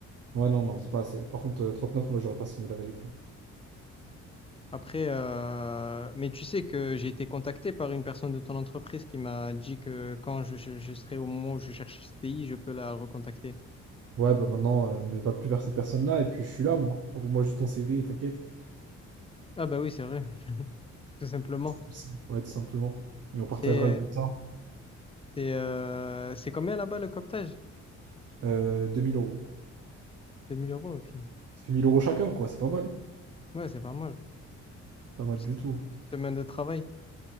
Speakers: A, on the right; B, on the left.
A: Ouais, non, non, c'est pas assez. Par contre, euh, 39, moi, j'aurais pas signé la vérité.
B: Après, euh, mais tu sais que j'ai été contacté par une personne de ton entreprise qui m'a dit que quand je, je- je serai au moment où je cherche ce pays, je peux la recontacter.
A: Ouais, bah maintenant, euh, ne va plus vers cette personne-là, et puis je suis là, moi. Envoie-moi juste ton CV, et t'inquiète.
B: Ah bah oui, c'est vrai, <laughs> tout simplement.
A: Je sais. Ouais, tout simplement. Et on partagera
B: et
A: le bulletin.
B: et euh, c'est combien là-bas le cooptage?
A: Euh, 2000 euros.
B: deux mille euros, ok.
A: Ça fait 1000 euros chacun, quoi, c'est pas mal.
B: Ouais, c'est pas mal.
A: C'est pas mal
B: Petite,
A: du tout.
B: petite semaine de travail.